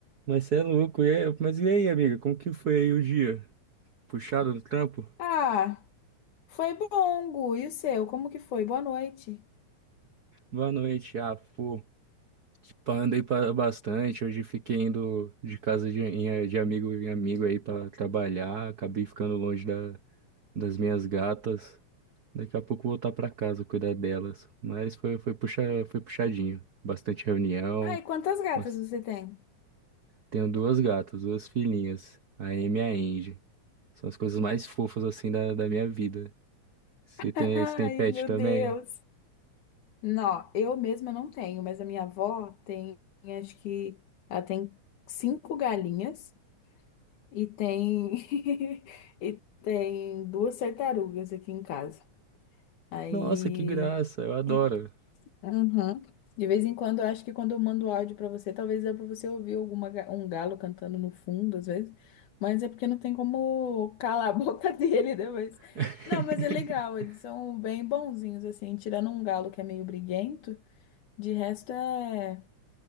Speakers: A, on the right; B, on the left.
A: Mas você é louco. E aí- mas e aí, amiga? Como que foi aí o dia? Puxado no trampo?
B: Ah, foi bom, Gu. E o seu? Como que foi? Boa noite.
A: Boa noite. Ah, pô. Tipo, andei pra bastante. Hoje fiquei indo de casa de, em- de amigo em amigo aí pra trabalhar. Acabei ficando longe da, das minhas gatas. Daqui a pouco voltar pra casa cuidar delas. Mas foi, foi, puxa, foi puxadinho. Bastante reunião.
B: Ai, quantas gatas
A: Mas
B: você tem?
A: tenho duas gatas, duas filhinhas. A Amy e a Angie. São as coisas mais fofas assim da, da minha vida. Se
B: <laughs>
A: tem,
B: Ai,
A: se tem pet
B: meu
A: também.
B: Deus. Não, eu mesma não tenho, mas a minha avó tem, acho que ela tem cinco galinhas e tem <laughs> e tem duas tartarugas aqui em casa. Aí,
A: Nossa, que graça, eu adoro.
B: de- Uhum. De vez em quando, eu acho que quando eu mando áudio pra você, talvez dá pra você ouvir alguma, ga- um galo cantando no fundo, às vezes. Mas é porque não tem como calar a <laughs> boca dele, né? Mas...
A: <laughs>
B: Não, mas é legal, eles são bem bonzinhos, assim. Tirando um galo que é meio briguento, de resto é